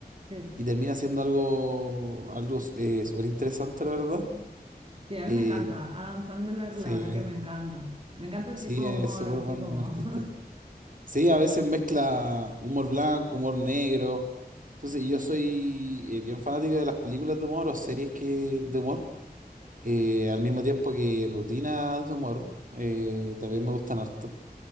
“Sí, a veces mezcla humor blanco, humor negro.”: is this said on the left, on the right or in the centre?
Right